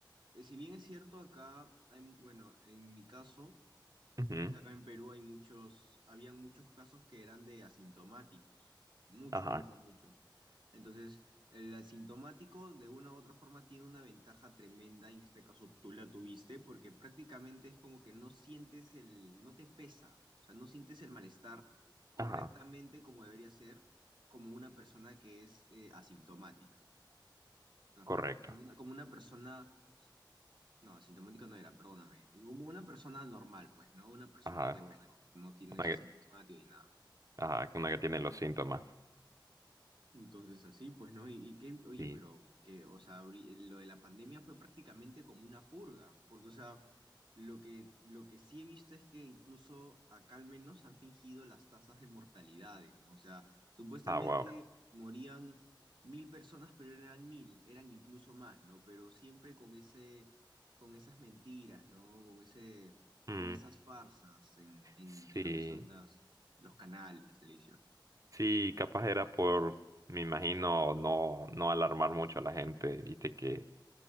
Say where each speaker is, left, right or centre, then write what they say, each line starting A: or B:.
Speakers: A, on the right; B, on the right.
A: eh, si bien es cierto, acá, hay, bueno, en mi caso,
B: Ujú.
A: acá en Perú hay muchos, habían muchos casos que eran de asintomáticos. Muchos,
B: Ajá,
A: muchos, muchos. Entonces, el asintomático de una u otra forma tiene una ventaja tremenda, en este caso tú la tuviste, porque prácticamente es como que no sientes el, no te pesa, ¿no? O sea, no sientes el malestar correctamente
B: ajá,
A: como debería ser, como una persona que es eh, asintomática. No, espérame,
B: correcto.
A: como una, como una persona, no, asintomática no era, perdóname, como una persona normal, pues, ¿no? Una persona
B: Ajá,
A: que, bueno, no tiene
B: una
A: ese asintomático
B: que,
A: ni nada.
B: ajá, una que tiene los síntomas.
A: Entonces así, pues, ¿no? Y, y qué, oye,
B: Sí.
A: pero que, o sea, abrí- lo de la pandemia fue prácticamente como una purga, porque, o sea, lo que, lo que sí he visto es que incluso acá al menos han fingido las tasas de mortalidades, ¿no? O sea, supuestamente
B: Ah, wow.
A: morían mil personas, pero no eran mil, eran incluso más, ¿no? Pero siempre con ese, con esas mentiras, ¿no? Con ese,
B: Mm,
A: con esas farsas en, en,
B: sí,
A: en lo que son las, los canales, las televisiones.
B: sí, capaz era por, me imagino, no, no alarmar mucho a la gente, viste que